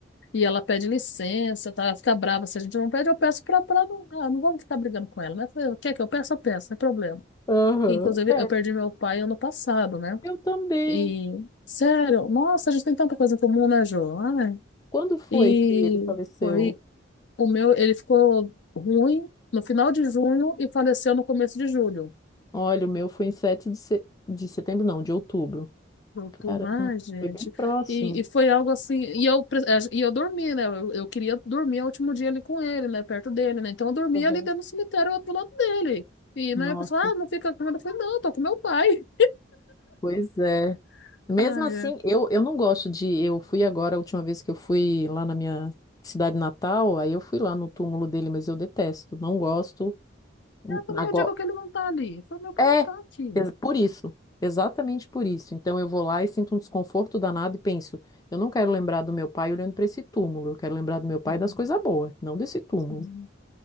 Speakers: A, on the left; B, on the left.
A: E ela pede licença, tá? Ela fica brava. Se a gente não pede, eu peço pra, pra não, ah, não vamos ficar brigando com ela, né? Eu falei, Quer que é que eu peço, Eu peço, não é problema.
B: Aham.
A: E, Inclusive,
B: É,
A: eu perdi meu pai ano passado, né?
B: Eu também.
A: E, sério, nossa, a gente tem tanta coisa em comum, né, Jô? Ai.
B: Quando foi
A: E
B: que ele faleceu?
A: foi o meu, ele ficou ruim no final de junho e faleceu no começo de julho.
B: Olha, o meu foi em 7 de, se- de setembro, não, de outubro.
A: Outubro.
B: Caramba,
A: Ai, gente.
B: foi bem próximo.
A: E, e foi algo assim. E eu, pre- eh, e eu dormi, né? Eu, eu queria dormir o último dia ali com ele, né? Perto dele, né? Então eu dormia
B: Aham.
A: ali dentro do cemitério do lado dele. E,
B: Nossa,
A: né, a pessoa, ah, não fica com ele. Eu falei, não, tô com meu pai.
B: pois é.
A: <laughs>
B: Mesmo
A: Ai,
B: assim,
A: é.
B: eu, eu não gosto de. Eu fui agora, a última vez que eu fui lá na minha cidade natal, aí eu fui lá no túmulo dele, mas eu detesto, não gosto.
A: Eu também
B: Agora,
A: eu digo que ele não tá ali. Eu falei, meu pai
B: É,
A: não tá aqui.
B: ex- por isso, exatamente por isso. Então eu vou lá e sinto um desconforto danado e penso, eu não quero lembrar do meu pai olhando para esse túmulo, eu quero lembrar do meu pai
A: Sim,
B: das coisas boas, não desse túmulo.
A: sim,